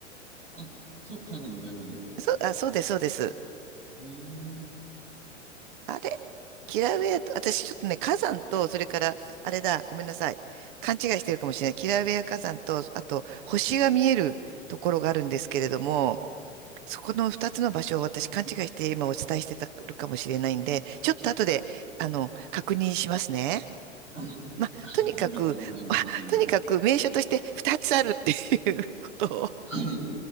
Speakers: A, on the right; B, on the right.
A: あ、そう、火山の上まで。
B: そう、あ、そうです、そうです。
A: へえ。
B: あれキラウェアと、私ちょっとね、火山と、それから、あれだ、ごめんなさい。勘違いしてるかもしれない。キラウェア火山と、あと、星が見えるところがあるんですけれども、そこの二つの場所を私勘違いして今お伝えしてたるかもしれないんで、ちょっと後で、あの、確認しますね。
A: あ、
B: まあ、
A: あ、
B: とにかく、
A: ありがとうございます。
B: <laughs> あとにかく名所として二つあるっていうことを
A: ご丁寧に。はい。